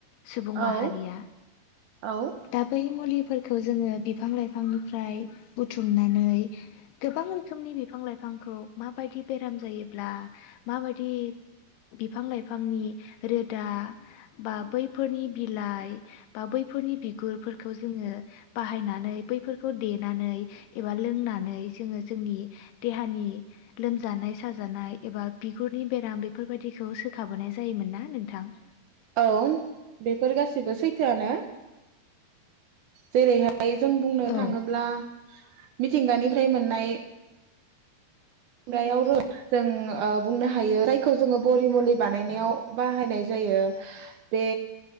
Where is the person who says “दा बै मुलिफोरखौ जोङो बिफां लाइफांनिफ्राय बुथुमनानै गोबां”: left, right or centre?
Left